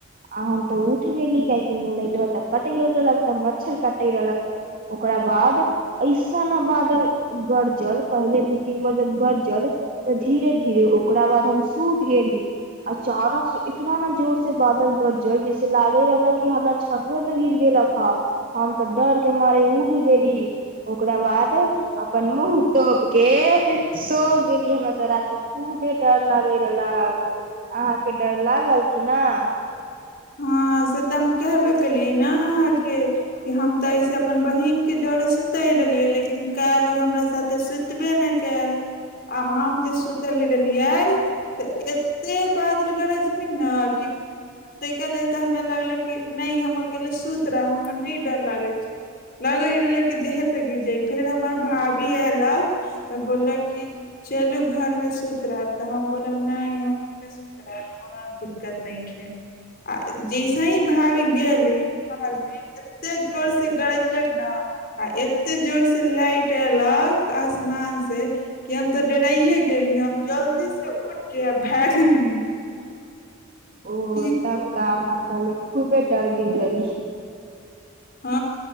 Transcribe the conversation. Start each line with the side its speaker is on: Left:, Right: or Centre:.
Right: आ हम तऽ उठ गेली काहेक लट त कट गेल रहलक तब मच्छर कटे रहलक ओकरा बाद ऐसन ने बादल गरजल पहिले दू तीन बार जब गरजल धीरे धीरे ओकरा बाद हम सुत गेली अचानक से इतना ने जोर से बादल गरजल जैसे लागे रहलक कि हमरा छतुए परे गिर गेलक ह हम ते डर के मारे उठ गेली ओकरा बाद अपन मुँह तोप के सो गेली हमरा त राती खूबे डर लागे रहलक अहााँके डर लागल की न
Left: हँ से तऽ हम कहबे केलियै ने अहाँके कि हम तऽ अइसे अपन बहीनके जरे सुतय रहलियै लेकिन काल्हि ओ हमरा साथे सुतबे नहि कयल आ हम जे सुतयल रहलियै तऽ एतेक बादल गरज नहि ने कि ताहिकेाद तऽ हमरा लागलक कि नहि हम अकेले सुति रहब हमरा नहि डर लागै छै लगैत रहलक कि देहपर गिर जाय फेर हमर भाभी अयलक तऽ बोललक कि चलू घरमे सुति रहायब तऽ हम बोलब नहि हमे सुति रहायब कोनो दिक्कत नहि छै आ जैसे ही भाभी गेली शहर मे एते जोर से गरजलक ने आ एते जोर से लाइट एलक आसमान से कि हम तऽ डेराइे गेली हम जल्दी से उठ के आ भगली
Right: ओ
Left: कहू
Right: तप त हल खूबे डर गेलल रहली
Left: हँ